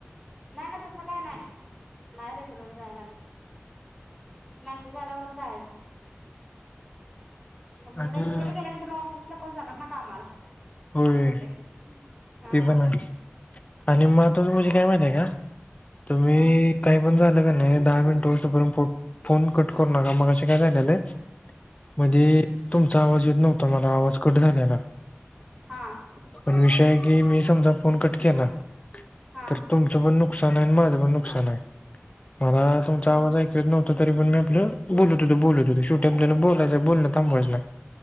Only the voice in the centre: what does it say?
नाही मग तसं काय नाही <unintelligible> फिरायला जायला लागत मेसेज आल्यावर जायच. मग
रेगुलर गेल्यानंतरन ऑफिसला कोण जाणार ना कामला!
असं होतय हां.
हा
हां.
हा हा
हा